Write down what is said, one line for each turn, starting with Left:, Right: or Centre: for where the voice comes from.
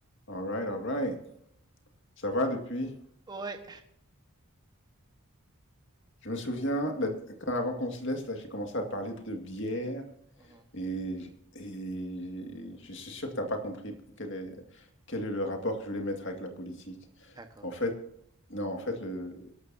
Left: All right, all right. Ça va depuis?
Right: Ouais.
Left: Je me souviens, la- quand, avant qu'on se laisse, là, j'ai commencé à te parler de bière
Right: Mhm.
Left: et, j- et je suis sûr que t'as pas compris quel est, quel est le rapport que je voulais mettre avec la politique.
Right: D'accord.
Left: En fait, non, en fait, le,